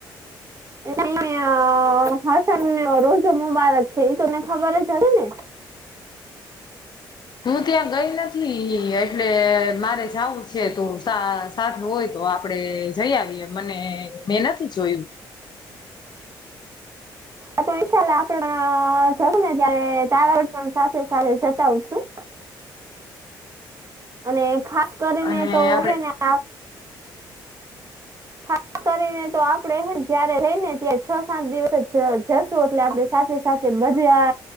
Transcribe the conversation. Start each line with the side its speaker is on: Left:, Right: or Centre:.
Right: <unintelligible> રોજો મુબારક છે એ તને ખબર જ હશે ને
Left: હું ત્યાં ગઈ નથી એટલે મારે જાવું છે તો સાથે હોય તો આપડે જઈ આવીએ મને મેં નથી જોયું.
Right: આ તો વિશાળ આપણ જશું ને ત્યારે તારગઢ પણ સાથે સાથે જતા આવશું. અને ખાસ કરીને
Left: અને
Right: તો
Left: આપડે
Right: છે ને <unintelligible> ખાસ કરીને તો આપડે જયારે રહી ને ત્યાં છ સાત દિવસ જશું એટલે આપડે સાથે સાથે બધા